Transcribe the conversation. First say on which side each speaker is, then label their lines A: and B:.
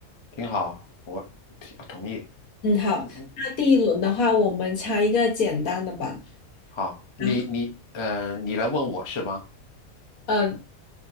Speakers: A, on the left; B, on the left.
A: 挺好，我挺同意。
B: 嗯，好，
A: 嗯嗯，
B: 那第一轮的话，我们猜一个简单的吧。
A: 好，
B: 然后
A: 你你嗯，你来问我是吧？
B: 呃，